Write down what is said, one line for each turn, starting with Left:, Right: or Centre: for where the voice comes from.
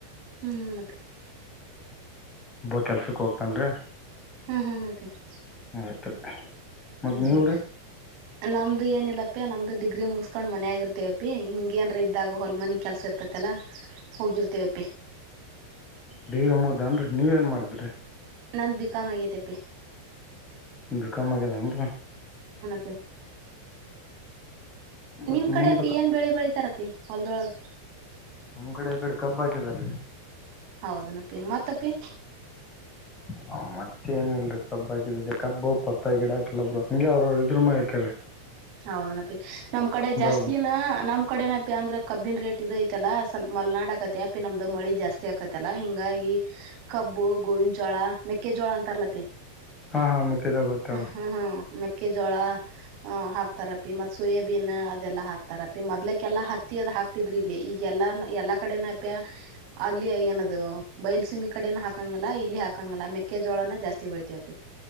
Right: ಹ್ಮ್ ಅತ್ತೇ <unintelligible>
Left: ಒಬ್ಬ ಕೆಲ್ಸಕ್ ಹೋಗ್ತನ್ರಿ
Right: ಹ್ಮ್ ಹ್ಮ ಮತ್ತೆ <unintelligible>
Left: ಹ ಆಯ್ತ್ ರೀ ಮದ್ ನೀವ್ರೀ
Right: ಹ್ಮ್ ನಮ್ದು ಏನಿಲ್ಲಪ್ಪಿ ನಮ್ದು ಡಿಗ್ರಿ ಮುಗಸ್ಕೊಂಡ್ ಮನ್ ಆಗಿರ್ತವಪಿ ಹಿಂಗ ಏನ್ರ ಇದಾಗ ಹೊಲ್ ಮನಿ ಕೆಲ್ಸ ಇರ್ತತಿ <unintelligible> ಆತ್ತಲ್ಲ ಹೋಗಿರ್ತೇವಪಿ
Left: ಡೇರ ಮುದ ಅನ್ರಿ ನೀವ ಏನ್ ಮಾಡಿದ್ರಿ
Right: ನನ್ ಬಿಕಾಂ ಆಗತೆಪ್ಪಿ
Left: ಬಿಕಾಂ ಮಾಡಾಗಂತ
Right: ಪೆ <unintelligible>
Left: ಮತ್ತು
Right: ನಿಮ್ ಕಡೆ
Left: ಮುಂದಕ್ಕೆ
Right: ಅಪಿ ಏನ್ ಬೆಳಿ ಬೆಳಿತಾರಪೀ ಹೊಲ್ದೊಳಗ
Left: ನಮ್ ಕಡೆ <unintelligible> ಕಡೆ ಕಬ್ ಹಾಕಿದ್ದಾರೆ
Right: ಹೌದನಪ್ಪಿ ಮತ್ತಪ್ಪಿ
Left: ಹ ಮತ್ತೆ ಏನಲ್ರರಿ ಕಬ್ಬ ಹಾಕಿದ ಜ ಕಬ್ಬ ಬಾತ <unintelligible> ಗಿಡಾಕಲ್ಲೊಬ್ರು ಹಂಗೆ ಅವ್ರರು ಇದ್ರ ಹಾಕ್ಯಾರರಿ
Right: ಹೌದನಪಿ ನಮ್ ಕಡೆ ಜಾಸ್ತಿನ
Left: ಒಬ್ಬ
Right: ನಮ್ <unintelligible> ಕಡೆನ ಅ ಅಂದ್ರೆ ಕಬ್ಬಿನ ರೇಟ್ ಇದ ಐತಲ್ಲ ಸ್ಲ್ ಮಲ್ನಾಡ ಆಕತ್ತ ಅಪ ನಮ್ದ ಮಳಿ ಜಾಸ್ತಿ ಆಕತತ್ತಲ್ಲಾ ಹಿಂಗಾಗಿ ಕಬ್ಬು ಗೋವಿನ ಜೋಳ ಮೆಕ್ಕೆಜೋಳ ಅಂತಾರಲಪೆ
Left: ಹಾಂ ಹಾಂ ಮೆಕ್ಕೆಜೋಳ ಗೊತ್ತೇವೆ
Right: ಹ ಹ್ಮ ಹ್ಮ ಮೆಕ್ಕೆ ಜೋಳ ಹ ಹಾ ಹಾಕ್ತಾರಪಿ ಮತ್ ಸೋಯಬೀನ್ ಅದೆಲ್ಲ ಹಾಕ್ತಾರ ಪಿ ಮದ್ಕಲ್ಲಾ ಹತ್ತಿ ಅ ಹಾಕ್ತಿದ್ರಿ ಇಲ್ಲಿ ಈಗ <unintelligible> ಎಲ್ಲ ಎಲ್ಲಾ ಕಡೆನ ಅಲ್ಲಿ ಏನದು ಬೈಲ್ಸುಮಿ ಕಡೆನ ಹಾಕಂಗಲ್ಲ ಇಲ್ಲಿ ಹಾಕಂಗಲ್ಲ ಮೆಕ್ಕೆಜೋಳನ ಜಾಸ್ತಿ ಬೆಳಿತೀವಿ <unintelligible>